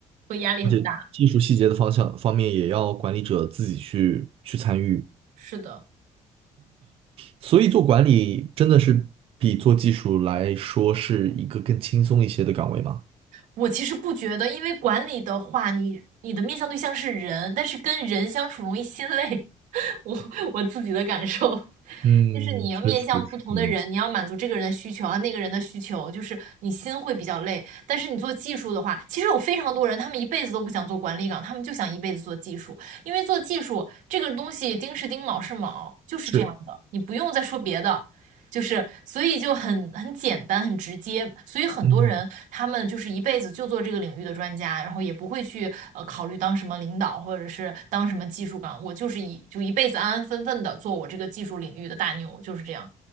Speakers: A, on the right; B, on the right.
A: 会压力很大。
B: 而且技术细节的方向方面也要管理者自己去去参与。
A: 是的。
B: 所以做管理真的是比做技术来说是一个更轻松一些的岗位吗？
A: 我其实不觉得，因为管理的话，你你的面向对象是人，但是跟人相处容易心累，<laughs> 我我自己的感受。
B: 嗯，
A: 就是你要面向不同的人，
B: 确实是这样子。
A: 你要满足这个人的需求啊，那个人的需求，就是你心会比较累。但是你做技术的话，其实有非常多人，他们一辈子都不想做管理岗，他们就想一辈子做技术，因为做技术这个东西丁是丁，卯是卯，就是这样的，
B: 是，
A: 你不用再说别的。就是，所以就很很简单，很直接。所以很多人他们就是一辈子就做这个领域的专家，
B: 嗯，
A: 然后也不会去呃考虑当什么领导或者是当什么技术岗。我就是一就一辈子安安分分的做我这个技术领域的大牛，就是这样。